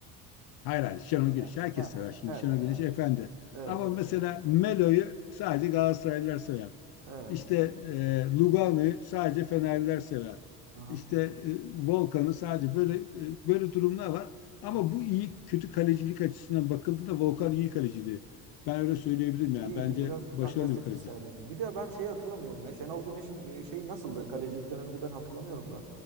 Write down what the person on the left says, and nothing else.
Hayır hayır Şenol Güneş.
Herkes
sever şimdi
Şenol Güneş
efendi.
Ama mesela Melo'yu sadece Galatasaraylılar sever.
İşte e, Lugano'yu sadece Fenerliler sever.
İşte e, Volkan'ı sadece böyle e, böyle durumlar var. Ama
bu iyi kötü kalecilik açısından bakıldığında Volkan iyi kaleciydi. Ben öyle söyleyebilirim yani.
Bence
başarılı
bir kaleci.